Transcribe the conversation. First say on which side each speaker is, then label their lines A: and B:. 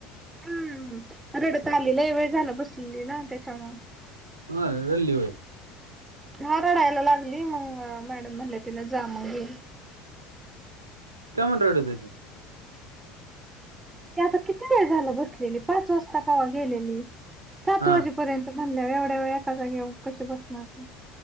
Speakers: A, on the right; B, on the right.
A: हम्म रडत आलेलं वेळ झाला बसलेली ना त्याच्यामु
B: हा रल्ली होयत
A: हा रडायला लागली मग मॅडम म्हणले तिनं जा मग
B: केमन रेडत होती
A: ते आता किती वेळ झाला बसलेली पाच वाजता पावा गेलेली सात
B: हा
A: वाजे पर्यंत घल्या एवढ्या वेळ एखादा घेऊ कशी बसणार ते